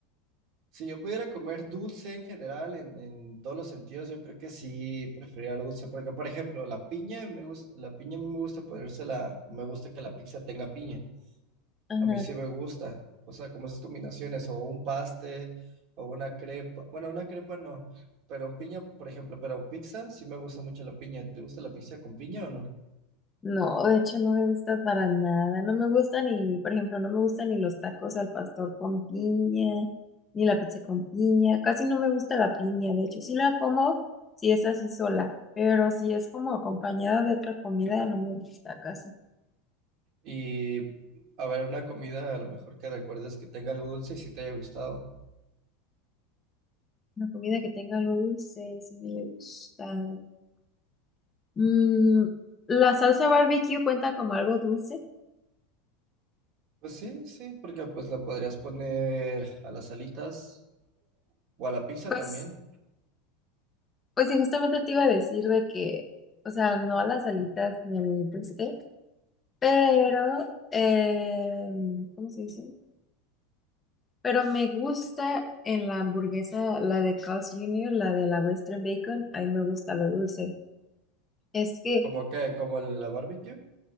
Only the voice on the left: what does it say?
Ajá.
No, de hecho no me gusta para nada. No me gusta ni, por ejemplo, no me gustan ni los tacos al pastor con piña, ni la pizza con piña. Casi no me gusta la piña, de hecho. Sí la como si es así sola, pero si es como acompañada de otra comida, no me gusta casi.
Una comida que tenga algo dulce, sí me gusta. Mm, ¿la salsa barbecue cuenta como algo dulce?
Pues,
pues sí, justamente te iba a decir de que, o sea, no a las alitas ni al brisket, pero, em, ¿cómo se dice? Pero me gusta en la hamburguesa, la de Carl's junior, la de la Western Bacon, ahí me gusta lo dulce. Es que